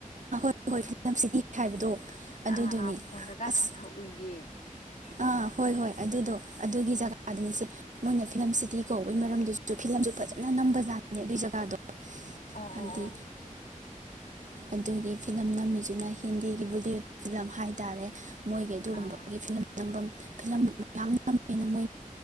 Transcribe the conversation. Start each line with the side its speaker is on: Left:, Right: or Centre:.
Right: ꯍꯣꯌ ꯐꯤꯜꯃ ꯀꯤꯇꯤ ꯍꯥꯏꯕꯗꯣ ꯑꯗꯨꯗꯨꯅꯤ
Left: ꯑꯥ ꯑꯥ ꯐꯣꯟꯗꯒꯥ
Right: ꯑꯁ
Left: ꯈꯥ ꯈ ꯎꯏꯌꯦ
Right: ꯑꯥ ꯍꯣꯏ ꯍꯣꯏ ꯑꯗꯨꯏꯗꯣ ꯑꯗꯨꯒꯤ ꯖꯒꯗꯨꯅꯤ ꯂꯣꯏꯅ ꯐꯤꯜꯃ ꯀꯤꯇꯤ ꯀꯧꯕꯥꯒꯤ ꯃꯔꯝꯗꯨꯁꯨ ꯐꯤꯂꯃꯁꯨ ꯐꯖꯅꯥ ꯅꯝꯒꯔꯥꯖꯠꯅꯤ ꯑꯗꯨꯏ ꯖꯒꯗꯨ
Left: ꯑꯣ
Right: ꯍꯥꯏꯗꯤ
Left: ꯑꯣ ꯑꯣ
Right: ꯑꯗꯨꯒꯤ ꯐꯤꯂꯝ ꯅꯝꯃꯤꯁꯤꯅ ꯍꯤꯟꯗꯤꯒꯤ ꯕꯣꯂꯤꯋꯨꯠ ꯐꯤꯂꯝ ꯍꯥꯏ-ꯇꯔꯦ꯫ ꯃꯣꯏꯒꯤ ꯑꯗꯨꯒꯨꯝꯕꯒꯤ
Left: ꯑꯥ
Right: ꯐꯤꯂꯝ꯫ ꯅꯝꯕꯝ ꯐꯤꯂꯝ ꯃꯌꯥꯝ